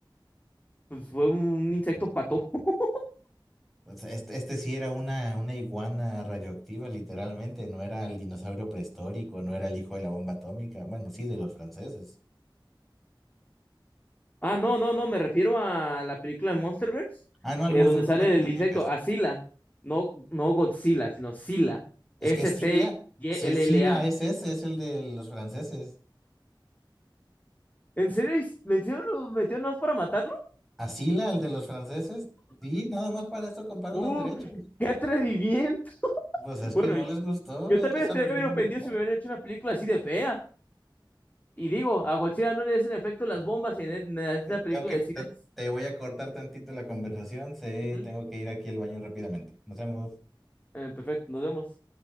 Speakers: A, on the left; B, in the centre.
A: Pues fue un insecto pato. <laughs>
B: Pues este, este sí era una, una iguana radioactiva, literalmente. No era el dinosaurio prehistórico, no era el hijo de la bomba atómica. Bueno, sí, de los franceses.
A: Ah, no, no, no, me refiero a la película de Monsterverse,
B: Ah, no, el
A: eh,
B: monstruo
A: donde
B: es-
A: sale
B: bueno, no tienen
A: el insecto,
B: quejas.
A: Asila, no, no Godzilla, sino Sila,
B: Es
A: S-C-Y-L-L-A.
B: que Sila, sí, Sila es
A: S C Y L L A.
B: ese, es el de los franceses.
A: ¿En serio, en serio lo metió nomás para matarlo?
B: A Sila, el de los franceses, sí, nada más para esto comparan
A: ¡Uh!
B: los derechos.
A: ¡Qué atrevimiento!
B: Pues es
A: Bueno,
B: que no les gustó
A: yo
B: e-
A: también
B: esa
A: estaría
B: versión
A: bien ofendido
B: americana.
A: si me hubieran hecho una película así de fea. Y digo, a Godzilla no le hacen efecto las bombas y en, e-, en esta
B: Eh,
A: película
B: tengo que-
A: de Sila.
B: te te voy a cortar tantito la conversación. Sí,
A: sí, Ujú.
B: tengo que ir aquí al baño rápidamente. Nos vemos.
A: Eh, perfecto, nos vemos.